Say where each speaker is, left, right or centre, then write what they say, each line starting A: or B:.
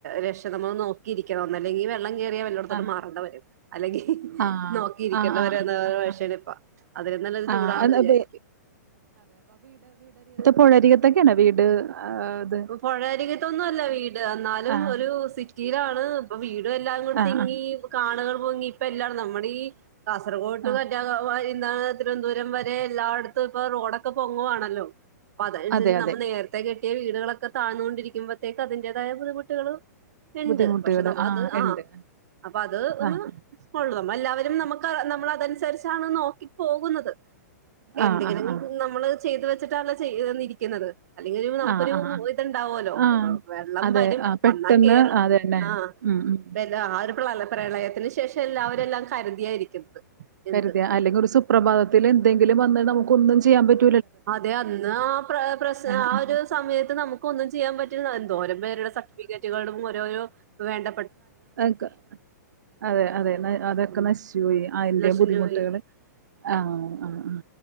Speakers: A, on the right; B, on the right.
A: രക്ഷ പ നമ്മൾ <unintelligible> നോ നോക്കിയിരിക്കണം അല്ലെ വെള്ളം കയറിയാ വല്ലോടത്തോട്ട്
B: ആഹ്
A: മാറേണ്ടി വരും അല്ലെങ്കിൽ
B: ആഹ്
A: നോക്കിയിരിക്കേണ്ടവര
B: ആഹ് ആഹ്
A: <unintelligible> എന്ന
B: ആഹ്
A: വിഷേ
B: ആഹ്
A: ഇപ്പ അതിൽ നല്ലത്
B: ആഹ്
A: ചൂടാണെന്ന്
B: അത്
A: വിചാരിക്കും
B: അപ്പ പുഴരികത്തൊക്കെയാണ് വീട് ആ, ഇത്
A: പുഴ അരികത്തൊന്നും അല്ല വീട് എന്നാലും
B: ആഹ്
A: ഒരു സിറ്റി വീരാണ്പ്പ <unintelligible> വീട് എല്ലാം കൂടെ
B: ആഹ്
A: തിങ്ങി
B: ആഹ്
A: കാണ പോങ്ങി ഇപ്പം എല്ലാടും നമ്മുടെ ഈ കാസർകോട് <unintelligible>
B: ആഹ്
A: ത എന്താണ് തിരുവനന്തപുരം വരെ എല്ലായിടത്തും ഇപ്പൊ റോഡൊക്കെ പൊങ്ങുവാണല്ലോ അപ്പം അനുസരിച്ച്
B: അതെ അതെ
A: നമ്മൾ നേരത്തേ <unintelligible> വീടുകളെ താന്നോണ്ടിരിമ്പേ േക്ക് <unintelligible> അതിന്റേതായ ബുദ്ധിമുട്ടികൾ ഇണ്ട്
B: ബുദ്ധിമുട്ടുകള്
A: പക്ഷെ നമ്മ
B: ആഹ്
A: അത് ആ
B: ഇണ്ട്
A: അപ്പൊ അത് ഒന്ന്
B: ആഹ്
A: കൊള്ള നമ്മെ എല്ലാവരും നമുക്ക് നമ്മള അതനുസരിച്ചാണ് നോക്കി പോകുന്നത് എന്തെങ്കിലും
B: ആഹ് ആഹ്
A: <unintelligible>
B: ആഹ്
A: നമ്മള് ചെയ്തു വെച്ചിട്ടാണല്ലോ ചെയ്തെന്നിരിക്കുന്നത് അല്ലെങ്കിലും നമുക്കൊരു
B: ആഹ് ആഹ്
A: ഒ
B: ആഹ്
A: ണ്ടാവല്ലോ
B: ആഹ്
A: വെള്ളം
B: അതെ
A: വരും
B: ആഹ് പെട്ടെന്ന്
A: വന്നാൽ കേറും
B: അതന്നെ
A: ആ
B: ഉം ഉം
A: അപ്പം എല്ലാം <unintelligible> പ്രളയത്തിന് ശേഷം എല്ലാവരും എല്ലാം കരുതിയായിരിക്കുന്നത് എന്ത്
B: കരുതിയ അല്ലെങ്കിൽ ഒരു സുപ്രഭാതത്തിൽ എന്തെങ്കിലും വന്ന് നമുക്കൊന്ന് ചെയ്യാൻപറ്റും
A: അതെ അന്ന് ആ പ്ര പ്രശ്
B: ആഹ്
A: ആ ഒരു സമയത്ത് നമുക്ക് ഒന്നും ചെയ്യാൻ പറ്റില്ല എന്തോരം പേരുടെ സർട്ടിഫിക്കറ്റുകളും യോയോ വേണ്ട
B: അതക്കെ അതെ അതെ അതൊക്കെ
A: ഉം
B: നശിച്ചുപോയി അതിന്റെ
A: നശിഞ്ഞു
B: ബുദ്ധിമുട്ടുകൾ
A: പോയി
B: ആഹ ആ ആ